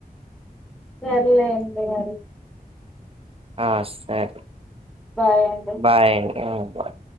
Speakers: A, in the centre; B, on the right (about 40°).
A: సర్లే అండి మరి
B: ఆ సరే
A: బాయ్ అండి
B: బాయ్ అండి అన్